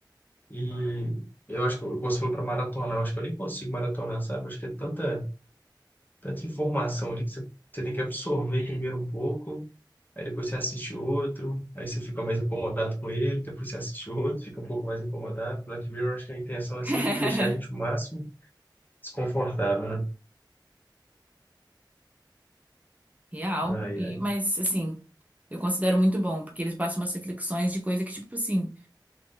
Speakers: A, on the left (about 25°); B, on the right (about 20°).
A: E eu acho que eu- você falou para maratonar, eu acho que eu nem consigo maratonar, sabe? acho que é tanta, tanta informação ali que você, você tem que absorver primeiro um pouco, aí depois você assiste outro, aí você fica mais incomodado com ele, depois você assiste outro, fica um pouco mais incomodado. Black Mirror, acho que a intenção
B: <laughs>
A: é sempre deixar a gente o máximo desconfortável, né?
B: Real.
A: Ai,
B: E,
A: ai.
B: mas assim, eu considero muito bom, porque eles passam umas reflexões de coisa que, tipo assim,